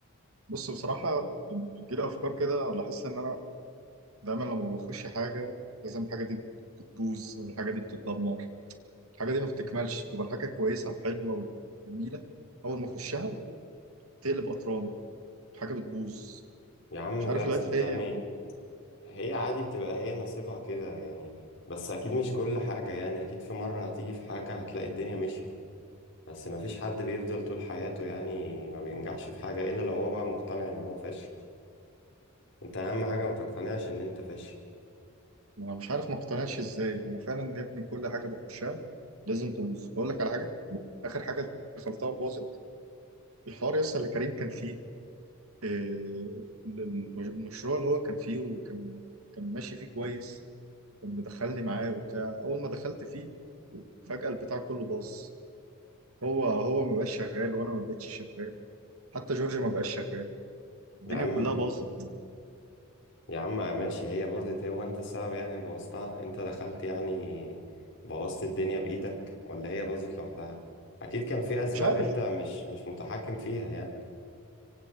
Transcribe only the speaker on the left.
يا عم
لا
صدقني
هي عادي بتبقى هي نصيبها كده يعني بس اكيد مش كل حاجة يعني اكيد في مرة هتيجي في حاجة هتلاقي الدنيا مشيت بس ما فيش حد بيفضل طول حياته يعني ما بينجحش في حاجة الا لو هو بقى مقتنع ان هو فاشل انت اهم حاجة ما تقتنعش ان انت فاشل
يا عم
يا عم ماشي هي باظت هو انت السبب يعني اللي بوظتها انت دخلت يعني بوظت الدنيا بإيدك ولا هي باظت لوحدها اكيد كان في اسباب
انت مش مش متحكم فيها يعني